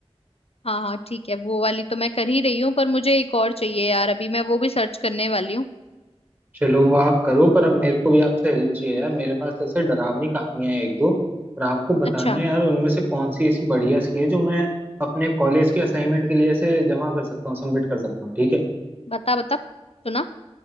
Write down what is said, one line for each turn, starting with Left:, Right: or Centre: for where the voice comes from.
Left: हाँ हाँ ठीक है वो वाली तो मैं कर ही रही हूँ पर मुझे एक और चाहिए यार अभी मैं वो भी सर्च करने वाली हूँ
Right: चलो वो आप करो पर अब मेरे को भी आपसे हेल्प चाहिए यार मेरे पास तो ऐसे डरावनी कहानियां हैं एक दो और आपको बताना
Left: अच्छा
Right: है यार उनमें से कौन सी ऐसी बढ़िया सी है जो मैं अपने कॉलेज के असाइनमेंट के लिए ऐसे जमा कर सकता हूँ सबमिट कर सकता हूँ ठीक है
Left: बता बता सुना